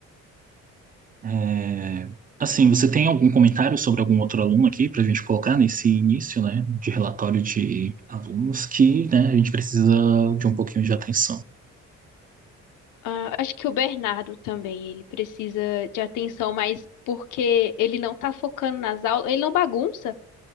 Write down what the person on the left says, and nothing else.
Ah, acho que o Bernardo também, ele precisa de atenção, mas porque ele não tá focando nas aulas, ele não bagunça.